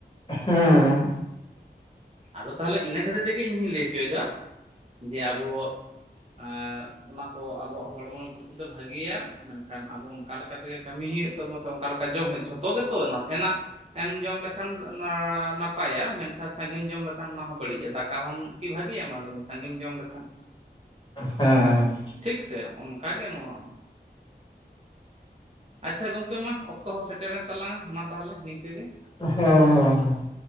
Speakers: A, on the left; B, on the right.
A: ᱦᱮᱸ
B: ᱟᱫᱚ ᱛᱟᱦᱚᱞᱮ ᱤᱱᱟᱹ ᱠᱷᱟᱹᱛᱤᱨ ᱛᱮᱜᱮ ᱤᱧ ᱦᱩᱧ ᱞᱟᱹᱭ ᱦᱚᱪᱚᱭᱮᱫᱟ ᱡᱮ ᱟᱵᱚ ᱮᱸ ᱚᱱᱟ ᱠᱚ ᱟᱵᱚᱣᱟᱜ ᱦᱚᱲᱢᱚ ᱫᱚ ᱵᱷᱟᱜᱤᱭᱟ ᱢᱮᱱᱠᱷᱟᱱ ᱟᱵᱚ ᱚᱱᱠᱟ ᱞᱮᱠᱟ ᱛᱮᱜᱮ ᱠᱟᱹᱢᱤ ᱦᱩᱭᱩᱜ ᱛᱟᱢᱟ ᱥᱮ ᱚᱱᱠᱟ ᱞᱮᱠᱟ ᱡᱚᱢ ᱦᱩᱭᱩᱜ ᱡᱷᱚᱛᱚ ᱜᱮ ᱛᱚ ᱱᱟᱥᱮᱱᱟᱜ ᱮᱢ ᱡᱚᱢ ᱞᱮᱠᱷᱟᱱ ᱱᱟᱯᱟᱭᱟ ᱢᱮᱱᱠᱷᱟᱱ ᱥᱟᱸᱜᱮᱢ ᱡᱚᱢ ᱞᱮᱠᱷᱟᱱ ᱚᱱᱟ ᱦᱚᱸ ᱵᱟᱹᱲᱤᱡ ᱟ ᱫᱟᱠᱟ ᱦᱚᱸᱢ ᱠᱤ ᱵᱷᱟᱹᱜᱤᱭᱟ ᱢᱟᱞᱮᱢᱮ ᱥᱟᱸᱜᱮᱢ ᱡᱚᱢ ᱞᱮᱠᱷᱟᱱ
A: ᱦᱮᱸ
B: ᱴᱷᱤᱠ ᱥᱮ ᱚᱱᱠᱟᱜ ᱜᱮ ᱱᱚᱶᱟ ᱦᱚᱸ <inaudible> ᱟᱪᱷᱟ ᱜᱚᱝᱠᱮ ᱢᱟ ᱚᱠᱛᱚ ᱦᱚᱸ ᱥᱮᱴᱮᱨᱮᱱ ᱛᱟᱞᱟᱝ ᱟ ᱢᱟ ᱛᱟᱦᱚᱞᱮ ᱱᱤᱝᱠᱟᱹ ᱜᱮ
A: ᱦᱮᱸ ᱦᱮᱸ ᱦᱮᱸ